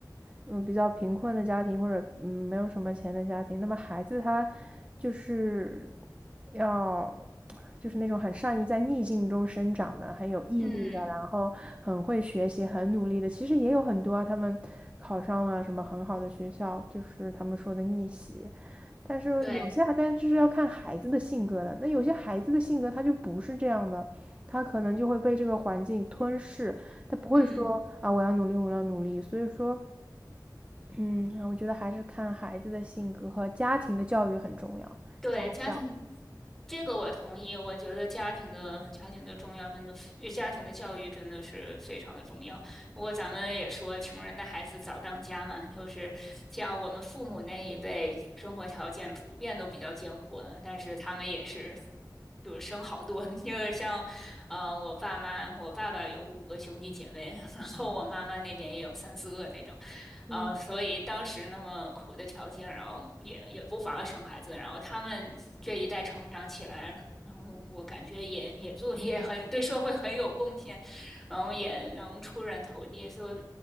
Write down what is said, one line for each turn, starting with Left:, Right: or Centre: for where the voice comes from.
Right: 嗯比较贫困的家庭，或者嗯没有什么钱的家庭，那么孩子他就是要就是那种很善于在逆境中生长的，很有毅力的，
Centre: 嗯，
Right: 然后很会学习、很努力的。其实也有很多啊，他们考上了什么很好的学校，就是他们说的逆袭。但是有些还，
Centre: 对，
Right: 但就是要看孩子的性格的。那有些孩子的性格他就不是这样的，他可能就会被这个环境吞噬，他不会嗯说啊，
Centre: 嗯。
Right: 我要努力，我要努力。所以说，嗯，我觉得还是看孩子的性格和家庭的教育很重要，
Centre: 对，
Right: 家教，
Centre: 家庭，这个我同意。我觉得家庭的家庭的重要，真的非，家庭的教育真的是非常的重要。不过咱们也说，穷人的孩子早当家嘛，就是像我们父母那一辈，生活条件普遍都比较艰苦的，但是他们也是。就是生好多，<laughs> 因为像，呃，我爸妈，我爸爸有五个兄弟姐妹，<laughs> 然后我妈妈那边也有三四个那种，啊，
Right: 嗯
Centre: 呃所以当时那么苦的条件，然后也也不妨碍生孩子，然后他们这一代成长起来，然后我感觉也也做也很对社会很有贡献，然后也能出人头地。所以，